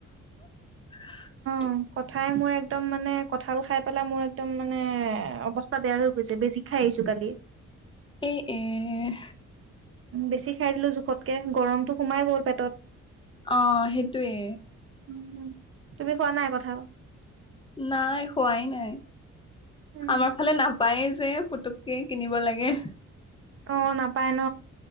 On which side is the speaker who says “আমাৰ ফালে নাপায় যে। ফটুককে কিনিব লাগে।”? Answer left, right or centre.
Left